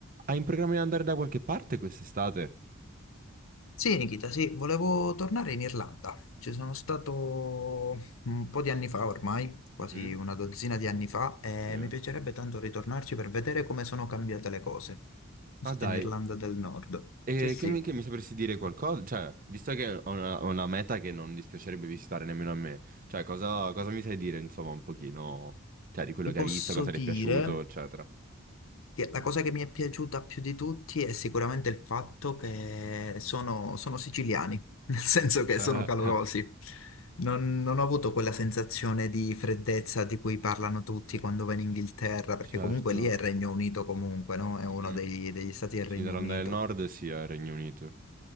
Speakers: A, on the right; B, on the left.
A: Hai in programma di andare da qualche parte quest'estate?
B: Sì, Nikita, sì, volevo tornare in Irlanda. Ci sono stato un po' di anni fa ormai, quasi
A: Mhm,
B: una dozzina di anni fa, e
A: Sì.
B: mi piacerebbe tanto ritornarci per vedere come sono cambiate le cose. Sono
A: Ah
B: stato
A: dai,
B: in Irlanda del Nord.
A: e
B: Sì, sì.
A: che mi, che mi sapresti dire qualcosa? Cioè, visto che ho una, ho una meta che non dispiacerebbe visitare nemmeno a me, cioè cosa, cosa mi sai dire, insomma, un pochino, cioè, di quello
B: Ti
A: che
B: posso
A: hai visto, cosa
B: dire
A: ti è piaciuto, eccetera. <laughs>
B: Sì, La cosa che mi è piaciuta più di tutti è sicuramente il fatto che sono, sono siciliani, <laughs> nel senso che
A: Eh,
B: sono calorosi.
A: eh,
B: Non, non ho avuto quella sensazione di freddezza di cui parlano tutti quando vanno in Inghilterra, perché
A: certo.
B: comunque lì è il Regno Unito comunque, no? È
A: Mhm.
B: uno dei- degli stati del
A: Sì,
B: Regno
A: Irlanda
B: Unito.
A: del Nord, sì, al Regno Unito.